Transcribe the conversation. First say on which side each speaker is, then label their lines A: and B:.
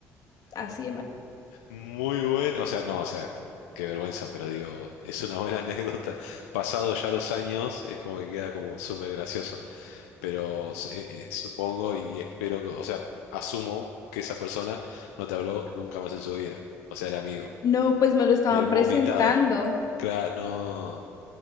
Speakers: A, on the left (about 55°); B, on the left (about 85°).
A: Así de mal.
B: Muy bueno. O sea, no, o sea, qué vergüenza, pero digo, es una buena <laughs> anécdota. Pasado ya los años, es como que queda como súper gracioso. Pero eh, eh, supongo y espero que, o sea, asumo que esa persona no te habló nunca más en su vida. O sea, el amigo.
A: No, pues me lo estaban
B: El
A: presentando.
B: vomitado. Claro, no.